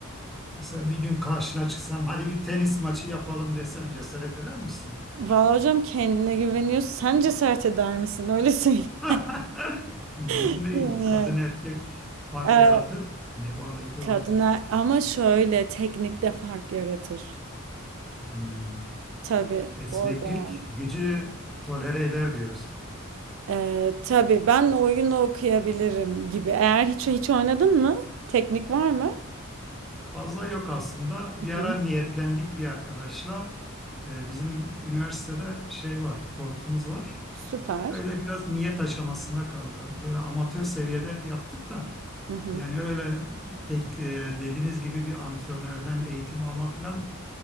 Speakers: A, in the centre; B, on the right.
A: Mesela bir gün karşına çıksam hadi bir tenis maçı yapalım desem cesaret eder misin?
B: Valla hocam kendine güveniyor. Sen cesaret eder misin? Öyle söyleyeyim.
A: <laughs> Ne
B: <laughs>
A: bileyim
B: Yani.
A: kadın erkek fark
B: Ee,
A: yaratır. Hani oradaki o
B: kadına ama şöyle teknikte fark yaratır.
A: hmm,
B: Tabii
A: esneklik
B: orada yani.
A: gücü tolere eder diyoruz.
B: Ee, tabii ben oyun okuyabilirim gibi. Eğer hiç hiç oynadın mı? Teknik var mı?
A: Fazla yok aslında.
B: Hı
A: Bir ara niyetlendik bir arkadaşla. Ee, bizim üniversitede şey var, kortumuz var.
B: Süper.
A: Öyle biraz niyet aşamasında kaldı. Böyle amatör seviyede yaptık da.
B: Hı hı.
A: Yani öyle tek e, dediğiniz gibi bir antrenörden eğitim alma filan